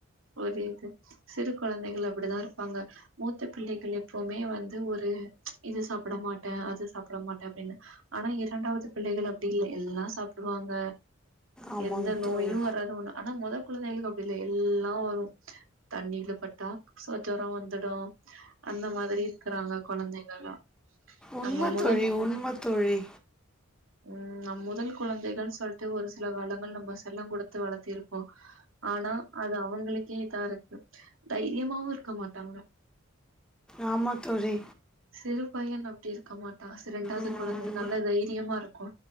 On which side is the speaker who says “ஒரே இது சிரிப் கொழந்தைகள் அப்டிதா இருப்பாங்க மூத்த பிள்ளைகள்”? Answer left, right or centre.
Right